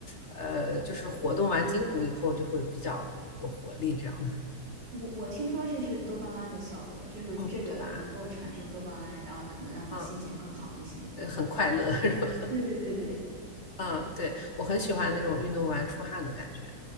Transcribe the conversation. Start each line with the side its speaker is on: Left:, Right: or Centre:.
Left: 呃，就是活动完筋骨以后就会比较有活力这样的？
Right: 我我听说这是多巴胺的效果，就是这个能够产生多巴胺，
Left: 哦，多巴胺，
Right: 然后可能让你心情更好一些。
Left: 嗯，呃很快乐 <laughs> 是吧？
Right: 对对对对，
Left: 嗯，对，我很喜欢那种运动完出汗的感觉。